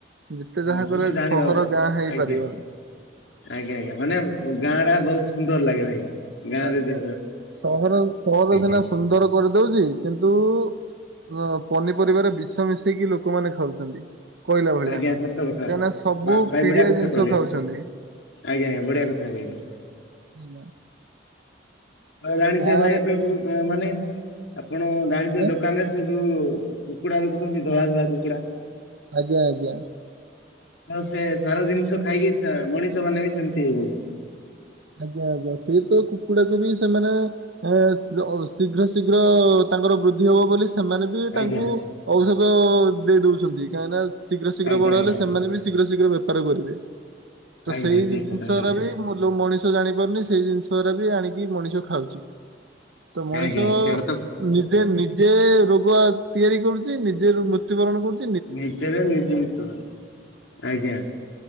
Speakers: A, on the right; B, on the left.
A: ଯେତେ
B: ହଁ
A: ଯାହା
B: କିନ୍ତୁ
A: କରେ
B: ଜାଣିବା
A: ସହର ଗାଁ ହେଇପାରିବ
B: ଆଜ୍ଞା
A: ନାଇଁ।
B: ଆଜ୍ଞା ଆଜ୍ଞା ମାନେ ଗାଁ ଟା ବୋହୁତ ସୁନ୍ଦର ଲାଗେ ଭାଇ। ଗାଁରେ
A: ଆଜ୍ଞା
B: ଯେ
A: ସହର ସହର
B: ଆଜ୍ଞା
A: ସିନା ସୁନ୍ଦର କରିଦୋଉଚି କିନ୍ତୁ ହଁ ପନିପରିବାରେ ବିଷ ମିଶେଇକି ଲୋକମାନେ ଖାଉଚନ୍ତି। କହିଲା ଭଳିଆ
B: ଆଜ୍ଞା
A: କାହିଁକିନା
B: ସତ କଥା।
A: ସବୁ
B: ଭା ଭାଇ
A: ପିଡିଆ
B: ବଢିଆ କଥା
A: ଜିନିଷ
B: କହିଲେ
A: ଖାଉଛନ୍ତି।
B: ଆଜ୍ଞା ଆଜ୍ଞା ଢିଆ କଥା କହିଲେ।
A: ହାଲୋ।
B: ହ ଜାଣିଥିବ
A: ଗାଁରେ
B: ଭାଇ ଏବେ ବୋହୁତ ମାନେ ଆପଣ ଜାଣିଥିବେ
A: ଆଜ୍ଞା
B: ଦୋକାନରେ ସେ ଯୋଉ କୁକୁଡ଼ା ବିକୁଚନ୍ତି ଧଳା ଧଳା କୁକୁଡ଼ା?
A: ଆଜ୍ଞା ଆଜ୍ଞା।
B: ଆଉ ସେ ସାର ଜିନିଷ ଖାଇକି ମଣିଷ ମାନେ ବି ସେମିତି ହେଇଗଲେଣି।
A: ଆଜ୍ଞା ଆଜ୍ଞା ସେଇ ତ କୁକୁଡାକୁ ବି ସେମାନେ ଏ ଶୀଘ୍ର ଶୀଘ୍ର ତାଙ୍କର ବୃଦ୍ଧି ହବ ବୋଲି ସେମାନେ ବି
B: ଆଜ୍ଞା
A: ତାଙ୍କୁ ଔଷଧ ଦେଇ ଦୋଉଚନ୍ତି କାହିଁକିନା ଶୀଘ୍ର ଶୀଘ୍ର
B: ଆଜ୍ଞା
A: ବଡ
B: ଆଜ୍ଞା
A: ହେଲେ ସେମାନେ ବି ଶୀଘ୍ର ଶୀଘ୍ର ବେପାର କରିବେ ତ
B: ଆଜ୍ଞା
A: ସେଇ
B: ଠିକ
A: ଜିନିଷଗୁରା
B: କଥା ସେଇଟା
A: ବି ମୂଳ ମଣିଷ ଜାଣି ପାରୁନି ସେଇ ଜିନିଷାଗୁରାବି ଆଣିକି ମଣିଷ ଖାଉଚି। ତ ମଣିଷ
B: ଆଜ୍ଞା ସେଇଟା ତ
A: ନିଜେ ନିଜେ ରୋଗ ତିଆରି କରୁଚି ନିଜେ ମୃତ୍ୟୁବରଣ କରୁଚି।
B: ନିଜର ନିଜେ ମୁତୁବରଣ ଆଜ୍ଞା।